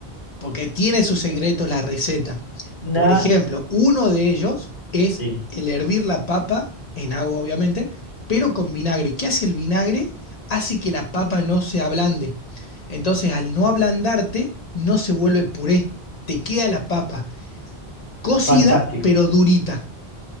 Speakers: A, on the left; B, on the left.
A: porque tiene sus secretos la receta.
B: Vinagre.
A: Por ejemplo, uno de ellos es
B: Sí,
A: el hervir la papa en agua, obviamente, pero con vinagre. ¿Qué hace el vinagre? Hace que la papa no se ablande. Entonces, al no ablandarte, no se vuelve puré. Te queda la papa cocida,
B: fantástico,
A: pero durita.